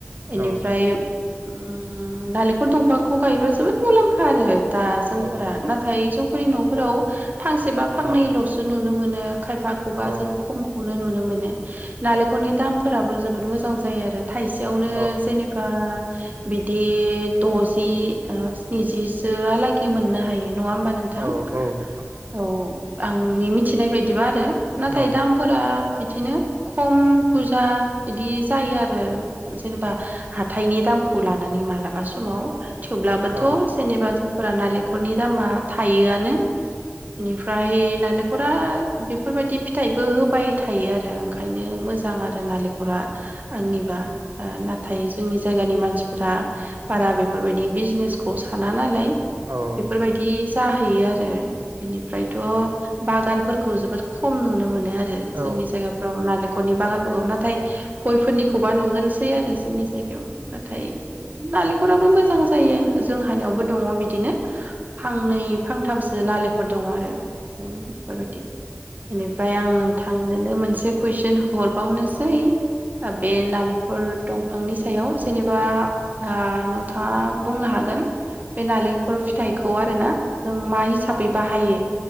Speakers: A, on the right (about 40°); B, on the right (about 65°).
A: एनिफ्राय
B: औ
A: ओम नालेंखल दंफांखौ गायोबा जोबोद मुलामफा आरो दा जोंफोरा
B: औ
A: नाथाय जो फोरनि नफोराव फांसे बा फांनैलसो
B: औ
A: नुनो मोन नो खायफा खौबा
B: औ
A: जों खम नुनो मोनो। नालेंखरनि दामफोराबो जोबोद मोजां जायो आरो थाइसेयावनो
B: औ
A: जेनेबा, बिदि दजि स्निजिसो आलागै मोननो हायो, नङा होमबा नोंथां
B: औ औ नोंथां
A: औ आंनि मिथिनाय बायदिबा आरो नाथाय
B: औ
A: दाम, दा बिदिनो खम बुरजा बिदि जायो आरो जेनेबा हाथायनि दामखौ लानानै मालाबा समाव, थेवब्लाबो
B: औ
A: थ जेनबा जों फोरा नालेंखरनि दामा थायोआनो बेनिफ्राय नालेंखरा बेफोरबायदि फिथाइ बो होबाय थायो आरो ओंखायनो मोजां आरो नालेंखरा आंनि बा बा नाथाय, जोंनि जायगानि मानसिफ्रा बारा बेफोरबायदि बिजनेसखौ साना, नालाय
B: औ
A: बेफोरबायदि, जाहैयो आरो बेनिफ्रायथ' बागान फोरखौ जोबोद खम नुनो मोनो, आरो
B: औ
A: जोंनि
B: नोंथां औ
A: जायगाफोराव नालेंख न'खरनि बागानफोरखौ नाथाय गयफोरनिखौबा नुगोनसै आरो जोंनि जायगायाव नाथाय नालेंखराबो मोजां जायो जोंहानायावबो दङ बिदिनो, फांनै फां थामसो नालेंखर, दङ आरो उम बेफोरबायदि, बेनिफ्राय आंनों आंनोनो मोनसे कुइसन हरबावनोसै आबे नालें फोर दंफांनि सायाव जेनेबा <unintelligible>
B: औ
A: नोंथां बुंनो हागोन, बे नालेंखर फिथाइ खौ आरो ना जों मा हिसाबै बाहायो?